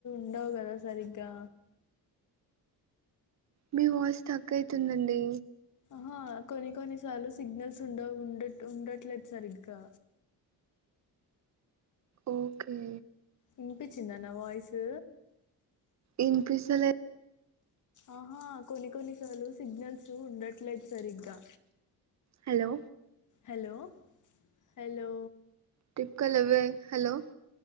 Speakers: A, on the left; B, on the right.
A: ఉండవు కదా సరిగ్గా
B: మీ వాయిస్ తక్ అయితుందండి
A: ఆహా కొన్ని కొన్ని సార్లు సిగ్నల్స్ ఉండవ్ ఉండ ఉండట్లేదు సరిగా
B: ఓకే
A: వినిపిచింద నా వాయిసు
B: ఇన్పిసలెద్
A: ఆహా కొన్ని కొన్నిసార్లు సిగ్నల్స్ ఉండట్లేదు సరిగ్గా
B: హలో
A: హలో హలో
B: ట్రిప్కాలెవె హలో